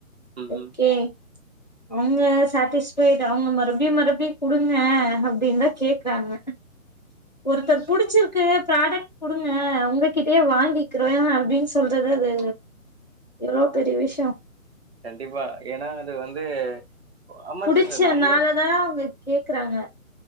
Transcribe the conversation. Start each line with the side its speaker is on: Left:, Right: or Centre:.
Right: ம்
Left: ஓகே
Right: ம்
Left: அவுங்க சாட்டிஸ்ஃபைடு அவுங்க மறுபடியு மறுபடியு குடுங்க அப்டின்தா கேக்குறாங்க ஒருத்தர்
Right: சு
Left: புடிச்சிருக்கு ப்ராடக்ட் குடுங்க உங்ககிட்டயே வாங்கிக்கிற அப்டின் சொல்றது அது எவ்ளோ பெரிய விஷயோ
Right: கண்டிப்பா ஏனா அது வந்து ஆமா
Left: புடிச்சனாலதா
Right: சிஸ்டர் நம்மளே
Left: அவங்க கேக்குறாங்க